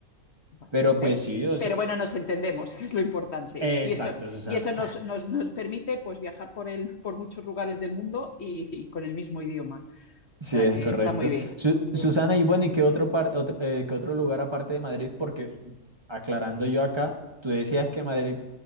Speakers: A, on the left; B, on the right.
A: bueno.
B: Pero pues
A: Eh,
B: sí, o
A: pero
B: sea,
A: bueno, nos entendemos, <laughs> que es lo importante.
B: s- exacto,
A: Y eso,
B: Susana.
A: y eso nos, nos- nos permite pues viajar por el, por muchos lugares del mundo y, y con el mismo idioma.
B: Sí,
A: O sea
B: es
A: que
B: correcto.
A: está muy bien.
B: Su-
A: Muy
B: Susana,
A: bien.
B: y bueno,
A: Sí,
B: ¿y qué otro, par- otro, eh, qué otro lugar aparte de Madrid? Porque aclarando yo acá, tú decías que Madrid